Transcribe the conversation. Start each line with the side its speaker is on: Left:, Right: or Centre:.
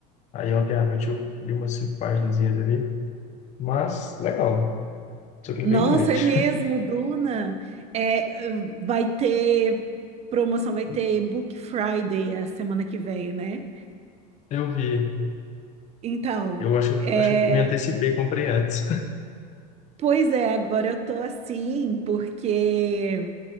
Left: Aí ontem à noite eu li umas cinco páginazinhas ali, mas legal, só que ele
Right: Nossa,
Left: é bem grande.
Right: é mesmo, Duna. É, vai ter promoção, vai
Left: <laughs>
Right: ter Book Friday a semana que vem, né?
Left: Eu vi,
Right: Então,
Left: eu acho,
Right: é,
Left: acho que eu me antecipei, comprei antes.
Right: pois é, agora eu tô assim, porque